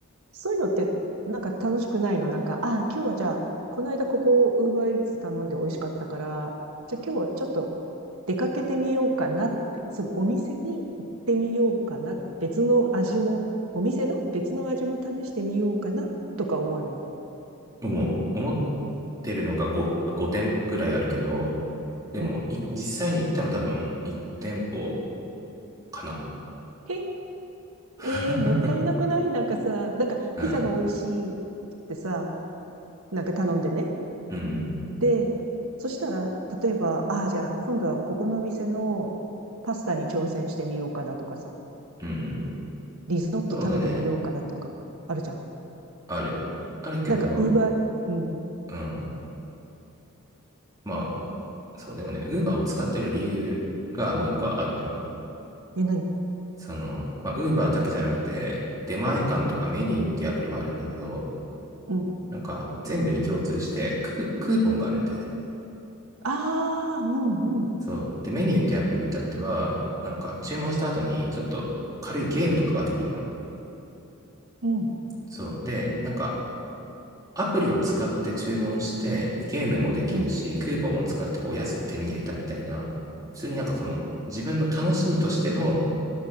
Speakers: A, on the right (about 80°); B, on the right (about 15°).
A: そういうのって、なんか楽しくないのなんか、ああ、今日はじゃあ、この間ここ、ウーバーイーツ頼んで美味しかったから、じゃあ今日はちょっと出かけてみようかなって、そのお店に行ってみようかな、別の味も、お店の別の味も試してみようかな、とか思わない。
B: 思う。思ってるのが 5, 5店舗くらいあるけど、でも、
A: うん。
B: い実際に行ったの多分1店舗かな。
A: え、
B: <laughs>
A: えーもったいなくないなんかさ、なんかピザが美味しいっ
B: うん。
A: てさ、なんか頼んでね。
B: うんう
A: で、そしたら、例えば、ああ、じゃあ今度はここの店のパスタに挑戦してみようかなとかさ、
B: ん。うんうん。
A: リゾット食べてみようかなとか、
B: そうだね。
A: あるじゃん。
B: ある。あるけど、
A: なんか、ウーバー、うん。
B: うん。まあ、そう、でもね、ウーバーを使ってる理由がもう一個あるんだよ。
A: え、何
B: その、まあ、ウーバーだけじゃなくて、出前館とかメニューっていうアプリもあるんだけど、
A: うん。
B: なんか全部に共通してクー、クーポンがあるんだよね。
A: ああ、うん、うん、
B: そう。で、メニューっていうアプリに至っては、なんか注文した後にちょっと軽いゲームとかができるの。
A: うん、
B: そう。で、なんかアプリを使って注文して、ゲームもできるし、
A: うん、
B: クーポンを使ってこう安く手に入れたみたいな、普通になんかその、自分の楽しみとしての、